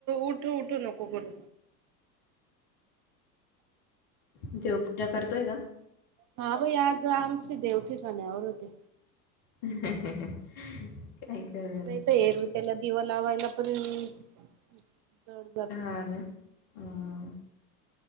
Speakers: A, on the right; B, on the left.
A: उठ उठू नको करू.
B: देवपूजा करतोय का?
A: हा बाई आज आमचे देव ठिकाण्यावर होते.
B: हहहह <unintelligible>
A: नाही तर एरवी त्यांना दिवा लावायला पण- जड जात.
B: हां ना. हम्म